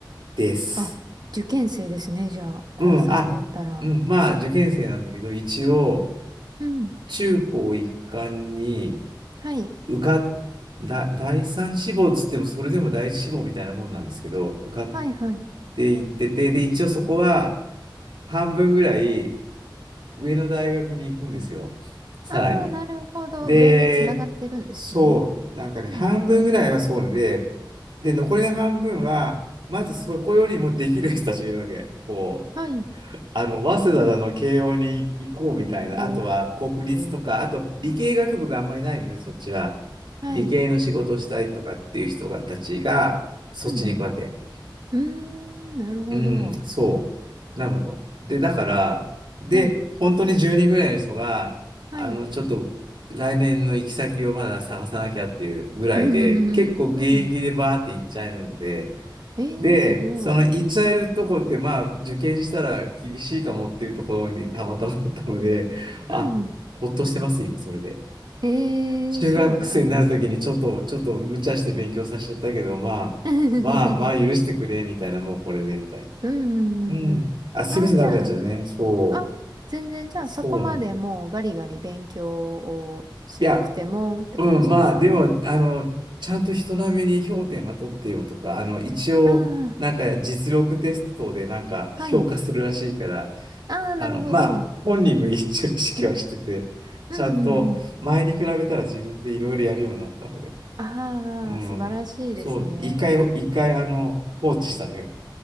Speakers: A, on the right; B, on the right.
A: です。
B: あ、受験生ですね、じゃあ。高3だったら。
A: うん、あ、うん、まあ、受験生なんだけど、一応、
B: うん。
A: 中高一貫に
B: はい。
A: 受かっ、だ、第三志望つっても、それでも第一志望みたいなもんなんですけど、受かっ
B: はいはい。
A: ていってて、で、一応そこは、半分ぐらい、上の大学に行くんですよ。さらに。
B: ああ、なるほど。
A: で、
B: 上につながってるんですね。
A: そう、なんかね、
B: うん。
A: 半分ぐらいはそうで、で、残りの半分は、まずそこよりもできる人たちがいるわけ。こ
B: はい。
A: う、あの、早稲田の慶応に行こうみたいな、
B: お
A: あとは国立とか、
B: ー。
A: あと理系学部があんまりないので、そっちは。
B: はい。
A: 理系の仕事したいとかっていう人がたちが、そっちに行くわけ。
B: うんうん。うーん、なるほど。
A: うん、そう。なのよ。で、だから、で、
B: はい。
A: 本当に10人ぐらいの人が、
B: はい。
A: あの、ちょっと来年の行き先をまだ探さなきゃっていうぐらいで、
B: うんうんうんうん。
A: 結構現役でバーって行っちゃえるので、
B: ええー、
A: で、
B: すごい。
A: その行っちゃえるとこって、まあ、受験したら厳しいかもっていうところにたまたまだったので、あ、
B: うんうん。
A: ほっとしてます、今、それで。
B: ええー、
A: 中学生になるときにちょっと、
B: そうなんですね。
A: ちょっと無茶して勉強させちゃったけど、まあ、
B: <laughs>
A: まあ、まあ許してくれ、みたいな、もうこれで、みたい
B: うんうんうんうん。
A: な。うん。あ、すいません、
B: ああ、じゃあ、
A: 長くなっちゃってね。そう。
B: あ、全然じゃあそこまでもうガリガリ勉強をしなくてもって感じですか
A: そうなの。いや、うん、まあ、でも、あの、ちゃんと人並みに評点は取ってよとか、あの、一応、
B: ああー、
A: なんか実力テストでなんか評価するらしいから、
B: はい。ああ、
A: あの、
B: なるほど。
A: まあ、本人も一応意識はしてて、ちゃんと前に比べたら自分でいろいろやるようになったので、
B: うんうんうん。ああ、
A: うん。
B: 素晴らしいですね。
A: そう、一回、一回、あの、放置したのよ。